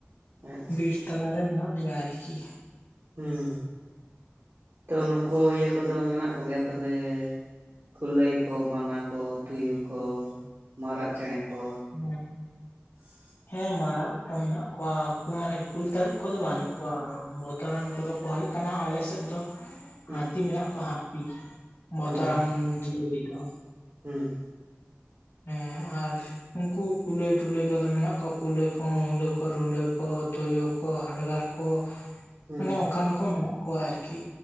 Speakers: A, on the right; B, on the left.
A: ᱟᱪᱪᱷᱟ
B: ᱵᱤᱨ ᱛᱟᱞᱟᱨ ᱨᱮ ᱢᱮᱱᱟᱜ ᱞᱮᱭᱟ ᱟᱨᱠᱤ᱾
A: ᱦᱩᱸ ᱛᱚ ᱱᱩᱠᱩ ᱤᱭᱟᱹ ᱠᱚᱫᱚ ᱢᱮᱱᱟᱜ ᱠᱚᱜᱮᱭᱟ ᱛᱚᱵᱮ? ᱠᱩᱞᱟᱹᱭ ᱠᱚ, ᱵᱟᱱᱟ ᱠᱚ, ᱛᱩᱭᱩ ᱠᱚ, ᱢᱟᱨᱟᱜ ᱪᱮᱬᱮ ᱠᱚ᱾
B: <inaudible>
A: <inaudible>
B: ᱦᱮᱸ ᱢᱟᱨᱟᱜ ᱠᱚ ᱢᱮᱱᱟᱜ ᱠᱚᱣᱟ, ᱠᱩ ᱢᱟᱱᱮ ᱠᱩᱞ ᱛᱟᱹᱨᱩᱵ ᱠᱚᱫᱚ ᱵᱟᱹᱱᱩᱜ ᱠᱚᱣᱟ᱾ ᱛᱚᱨᱟᱱ ᱠᱚᱫᱚ ᱠᱚ ᱦᱩᱭᱩᱜ ᱠᱟᱱᱟ ᱟᱞᱮᱥᱮᱫ ᱫᱚ
A: <inaudible>
B: ᱦᱟᱹᱛᱤ ᱢᱮᱱᱟᱜ ᱠᱚᱣᱟ ᱦᱟᱹᱛᱤ ᱵᱚᱛᱚᱨᱟᱱ
A: ᱦᱩᱸ
B: ᱡᱤᱭᱟᱹᱞᱤ ᱫᱚ᱾
A: ᱦᱩᱸ
B: ᱦᱮᱸ ᱟᱨ ᱩᱝᱠᱩ ᱠᱩᱞᱟᱹᱭ ᱴᱩᱞᱟᱹᱭ ᱠᱚᱫᱚ ᱢᱮᱱᱟᱜ ᱠᱚᱣᱟ ᱠᱩᱞᱟᱹᱭ ᱠᱚ ᱢᱩᱦᱞᱟᱹ ᱠᱚ ᱨᱩᱸᱰᱟᱹ ᱠᱚ ᱛᱩᱭᱩ ᱠᱚ ᱦᱟᱰᱜᱟᱨ ᱠᱚ
A: ᱦᱩᱸ
B: ᱢᱟᱱᱮ ᱚᱱᱠᱟᱱ ᱠᱚ ᱢᱮᱱᱟᱜ ᱠᱚᱣᱟ ᱟᱨᱠᱤ